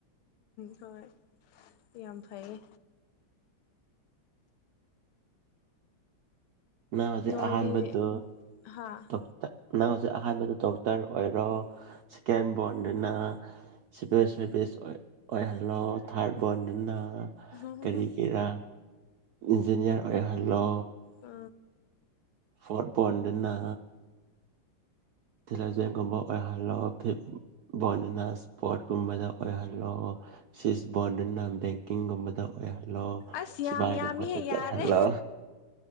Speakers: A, on the left; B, on the right.
A: ꯍꯣꯏ ꯌꯥꯝ ꯐꯩꯌꯦ
B: ꯅꯖꯤꯦ
A: ꯅꯣꯏꯗꯤ
B: ꯑꯍꯥꯟ ꯃꯗꯨ
A: ꯍꯥ
B: ꯇꯇ ꯅꯪ ꯍꯧꯖꯤꯛ ꯑꯍꯥꯟꯕꯗ ꯗꯣꯛꯇꯔ ꯑꯣꯏꯔꯣ ꯁꯦꯀꯦꯟ ꯕꯣꯔꯟꯗꯅ ꯁꯤꯚꯤꯜ ꯁꯥꯔꯚꯤꯁ ꯑꯣꯏꯍꯜꯂꯣ ꯊꯥꯔꯠ ꯕꯣꯔꯟꯗꯅ
A: ꯎꯝ
B: ꯀꯔꯤ ꯀꯦꯔꯥ ꯏꯟꯖꯤꯅꯤꯌꯥꯔ ꯑꯣꯏꯍꯜꯂꯣ
A: ꯑ
B: ꯐꯠ ꯐꯗꯅ ꯊꯂꯖꯒꯨꯝꯕ ꯑꯣꯏꯍꯜꯂꯣ ꯐꯤ ꯕꯣꯟꯗꯅ ꯏꯁꯄꯣꯔꯠꯀꯨꯝꯕꯗ ꯑꯣꯏꯍꯜꯂꯣ ꯁꯤꯁ ꯕꯣꯟꯗꯅ ꯕꯦꯡꯀꯤꯡꯒꯨꯝꯕꯗ ꯑꯣꯏꯍꯜꯂꯣ ꯂꯣ
A: ꯑꯁ ꯌꯥꯝ
B: ꯁꯤꯃꯒ
A: ꯌꯥꯝꯃꯤꯍꯦ
B: ꯃꯠꯇ
A: ꯌꯥꯔꯦ
B: ꯆꯠ ꯍꯜꯂꯣ